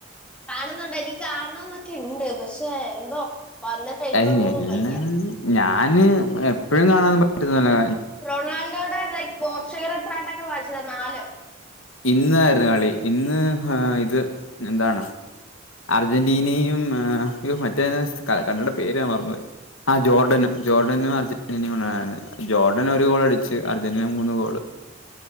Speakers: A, in the centre; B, on the left (about 80°).
A: കാണുന്നൊണ്ടോ എനിക്ക് കാണണംന്നൊക്കെ ഇണ്ട് പക്ഷെ എന്തോ- വന്നിട്ട് എനിക്കൊന്നിനും
B: അയ്ന് എല്ലാ
A: വയ്യ
B: ഞാന് എപ്പഴും കാണാന്നും പറ്റുന്നല്ല-
A: റൊണാൾഡോയുടെ ലൈക് പോർച്ചുഗൽ എത്രാണ്ടൊക്കെ വാങ്ങിച്ചല്ലോ നാലോ-
B: ഇന്നാര്ന്ന് കളി ഇന്ന്ആഹ് ഇത് എന്താണ്- അർജന്റീനയുംആഹ് മറ്റേ സ് കണ്ടെ പേര് മറന്ന് പോയ് ആഹ് ജോർഡനും ജോർഡനും അർജന്റീനയും കൊണ്ടാണ് ജോർഡൻ ഒരു ഗോൾ അടിച്ച് അർജന്- അങ്ങനെ മൂന്ന് ഗോള്-